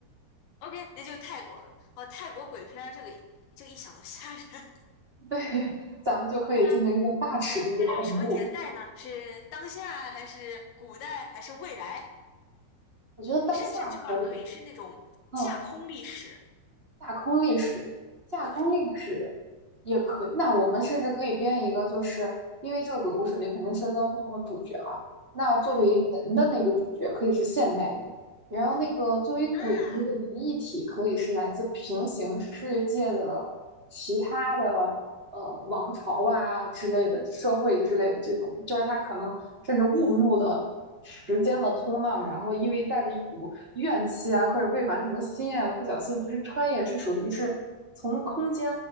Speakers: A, on the left; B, on the right.
A: OK，那就是泰国了。哇，泰国鬼片儿这个就一想到吓人。<laughs>
B: <laughs> 对，咱们就可以进行一个大尺度的恐怖。
A: 对啊，呃，大概什么年代呢？是当下还是古代还是未来？
B: 我觉得当下可以，
A: 甚至这块儿可以是那种架空历史。
B: 嗯，架空历史，架空历史
A: 对，
B: 也可以。那我们甚至可以编一个，就是因为这个鬼故事里肯定涉及到不同的主角嘛。那作为人的那个主角可以是现代人，
A: 嗯
B: 然后那个作为鬼的那个灵异体可以是来自平行世界的其他的呃王朝啊之类的社会之类的这种，
A: 啊，
B: 就是他可能甚至误入了时间的通道，然后因为带着一股怨气啊，或者未完成的心愿，不小心不是穿越，是属于是从空间